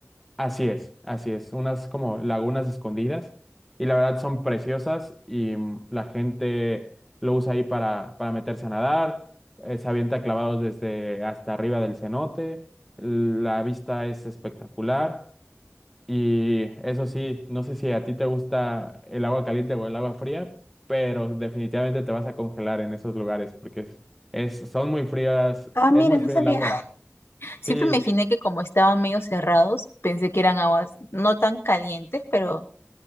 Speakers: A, in the centre; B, on the left.
A: Así es, así es. Unas como lagunas escondidas y la verdad son preciosas y mm, la gente lo usa ahí para, para meterse a nadar, eh, se avienta clavados desde hasta arriba del cenote, la vista es espectacular y eso sí, no sé si a ti te gusta el agua caliente o el agua fría, pero definitivamente te vas a congelar en esos lugares porque es, es- son muy frías,
B: Ah,
A: es
B: mira,
A: muy
B: no
A: frío
B: sabía.
A: el agua.
B: <laughs> Siempre
A: Sí,
B: me imaginé que como estaban medio cerrados, pensé que eran aguas no tan calientes, pero